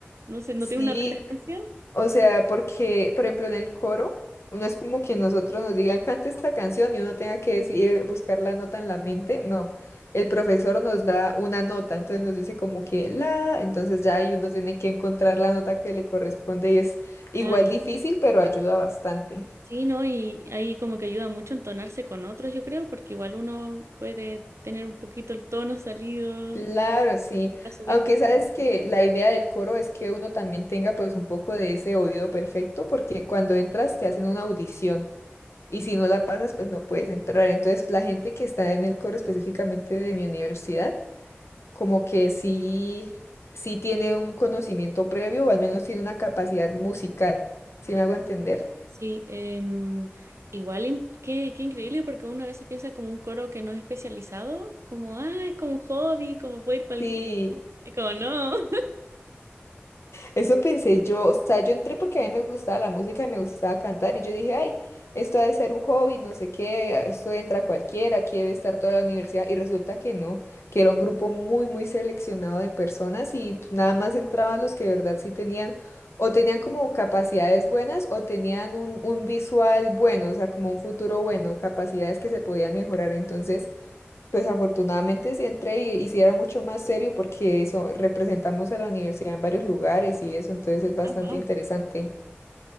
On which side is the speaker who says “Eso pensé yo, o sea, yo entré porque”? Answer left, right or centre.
Left